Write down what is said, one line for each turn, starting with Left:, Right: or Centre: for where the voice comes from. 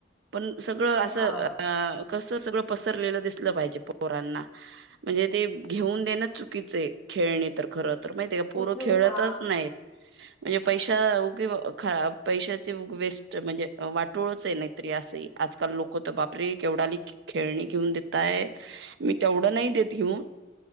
Right: पण सगळ
Centre: ते
Right: असं-
Centre: हा
Right: अ... कसं सगळं पसरलेलं दिसलं पाहिजे पोरांना. म्हणजे ते घेऊन देणं चुकीचय खेळणी तर खरं तर महितय काय पोरं
Centre: उचलून
Right: खेळतच
Centre: हा
Right: नायत. म्हणजे पैशा उगी ख पैशाची उग वेस्ट म्हणजे. वाटोळच हाय नायतरी असंही आजकाल लोक तर बापरे केवढाली खेळणी घेऊन देतायत मी तेवढं नाय देत घीऊन